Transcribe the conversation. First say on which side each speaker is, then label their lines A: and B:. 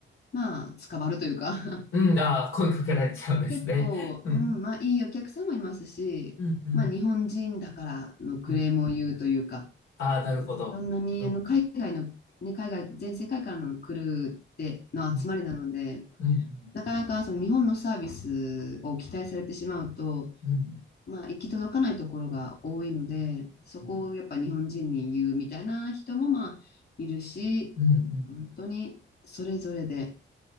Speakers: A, on the left (about 55°); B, on the left (about 85°).
A: まあ、つかまるというか <laughs>
B: うん、ああ、声かけられちゃうんですね。
A: 結構、
B: うん、
A: うん、まあいいお客さんもいますし、
B: うん、うん、
A: まあ日本人だからのクレームを言うというか、
B: うん。ああ、なるほど。
A: そんなにあの海外の、
B: うん、
A: ね、海外、全世界からの来るでの集まりなので、
B: うん、うん、
A: なかなかその日本のサービスを期待されてしまうと、
B: うん、
A: まあ行き届かないところが多いので、そこをやっぱ日本人に言うみたいな人もまあいるし、
B: うん、うん、うん、
A: 本当にそれぞれで、